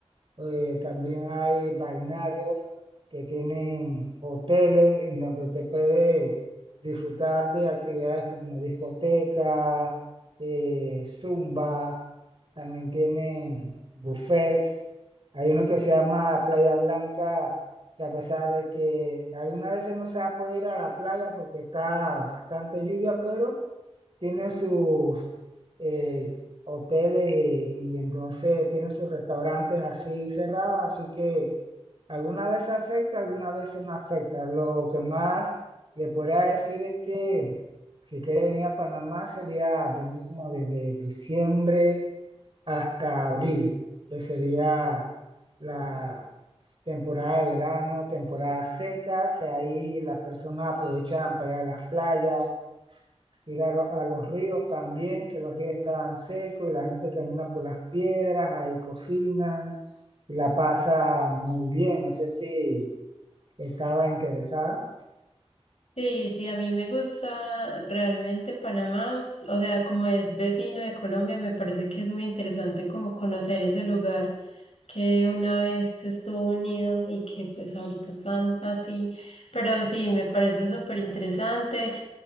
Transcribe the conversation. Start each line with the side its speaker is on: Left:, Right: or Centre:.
Right: eh, también hay balnearios que tienen hoteles en donde te puede disfrutar de actividades como discoteca, eh, zumba, también tienen buffets. Hay uno que se llama Playa Blanca, que a pesar de que algunas veces no se va a poder ir a la playa porque está bastante lluvia, pero tienen sus eh, hoteles eh, y, entonces tienen sus restaurantes así cerrados, así que alguna vez afecta, alguna vez no afecta. Lo que más le podría decir es que si quiere venir a Panamá sería venir como desde diciembre hasta abril, que sería la temporada de verano, temporada seca, que ahí las personas aprovechan para ir a las playas, ir a, lo- a los ríos también, que los ríos estaban secos y la gente camina por las piedras, ahí cocinan y la pasa muy bien. No sé si estaba interesada.
Left: Sí, sí, a mí me gusta realmente Panamá, o sea, como es vecino de Colombia, me parece que es muy interesante como conocer ese lugar que una vez estuvo unido y que pues ahorita están así, pero sí, me parece súper interesante.